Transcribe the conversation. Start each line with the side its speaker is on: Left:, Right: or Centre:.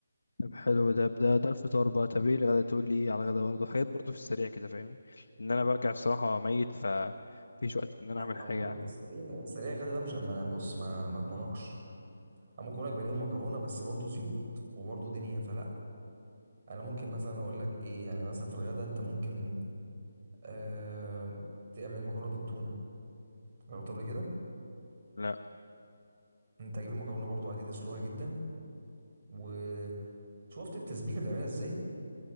Left: طب حلو ده ده ده الفطار بقى طب ايه الغدا تقول لي ايه على الغدا برضه حاجات برضه في السريع كده فاهمني ان انا برجع الصراحه ميت فمفيش وقت ان انا اعمل
Right: او
Left: حاجه
Right: بالسريع سريع كده ده مش ما أنا بص ما ما اضمنكش أنا ممكن اقول لك بانيه ومكرونه بس برضه زيوت وبرضه دنيا فلا انا ممكن مثلا اقول لك ايه يعني مثلا في الغدا انت ممكن آه تعمل مكرونه بالتونه جربتها قبل كده
Left: لا
Right: انت هتجيب المكرونه برضه عادي تسلوها جدا وشفت التسبيكه بتعملها ازاي